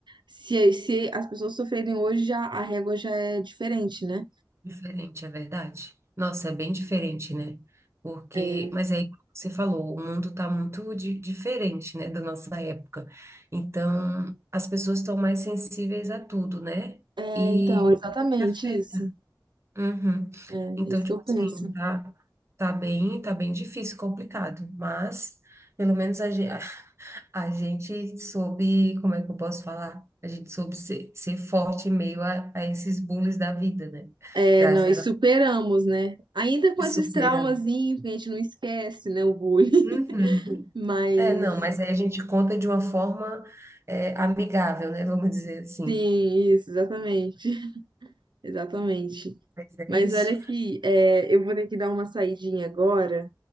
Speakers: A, on the right; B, on the right.
A: se, se as pessoas sofrerem hoje, já a régua já é diferente, né?
B: Diferente, é verdade. Nossa, é bem diferente, né? Porque,
A: É,
B: mas aí, como você falou, o mundo está muito di- diferente, né, da nossa época. Então, as pessoas estão mais sensíveis a tudo, né?
A: é,
B: E
A: então, exatamente
B: o que afeta.
A: isso.
B: Uhum.
A: É, é
B: Então,
A: isso
B: tipo
A: que eu penso.
B: assim, tá, tá bem, tá bem difícil, complicado, mas pelo menos a, ge- <laughs> a gente soube, como é que eu posso falar? A gente soube ser, ser forte em meio a, a esses bullies da vida, né?
A: É,
B: Graças
A: nós superamos, né? Ainda com esses
B: Supera.
A: traumazinhos que a gente não esquece, né? O bullying.
B: Uhum.
A: <laughs> Mas,
B: É, não, mas aí a gente conta de uma forma é, amigável, né? Vamos dizer assim.
A: sim, isso, exatamente. <laughs> Exatamente.
B: Mas é
A: Mas
B: isso.
A: olha aqui, é, eu vou ter que dar uma saidinha agora